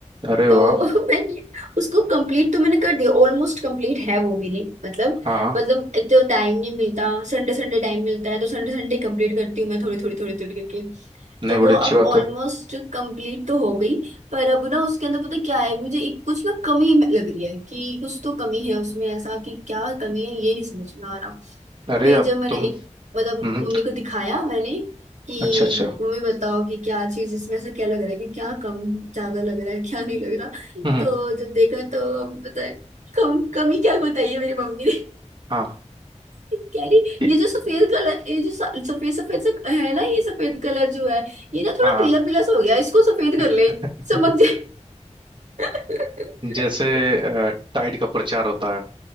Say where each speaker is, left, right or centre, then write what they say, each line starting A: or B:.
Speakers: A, on the right; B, on the right.
A: अरे
B: तो
A: वाह
B: <laughs> मैंने उसको कंप्लीट तो मैंने कर दिया ऑलमोस्ट कंप्लीट है वो मेरी मतलब
A: हाँ हाँ।
B: मतलब एक तो टाइम नहीं मिलता संडे संडे टाइम मिलता है तो संडे संडे कंप्लीट करती हूँ मैं थोड़ी थोड़ी थोड़ी थोड़ी करके
A: नहीं
B: तो
A: बड़ी
B: वो अब
A: अच्छी बात
B: ऑलमोस्ट
A: है
B: कंप्लीट तो हो गई पर अब ना उसके अंदर पता क्या है मुझे एक कुछ ना कमी लग रही है कि कुछ तो कमी है उसमें ऐसा कि क्या कमी है ये नहीं समझ में आ रहा
A: अरे
B: फिर
A: आप
B: जब मैंने
A: तुम
B: एक मतलब
A: हम्म
B: मम्मी को दिखाया मैंने कि
A: अच्छा अच्छा
B: तुम्हें बताओ कि क्या चीज इसमें से क्या लग रहा है कि क्या कम ज्यादा लग रहा है क्या नहीं लग रहा
A: हम्म
B: तो जब देखा तो पता है कम कमी क्या बताई है मेरी मम्मी ने <laughs>
A: हाँ
B: कह रही
A: कि-
B: ये जो सफेद कलर ये जो स- सफेद सफेद सा है ना ये सफेद कलर जो है ये ना थोड़ा
A: हाँ
B: पीला पीला सा हो गया इसको सफेद कर
A: <laughs>
B: ले चमक जाए <laughs>
A: जैसे अ, टाइड का प्रचार होता है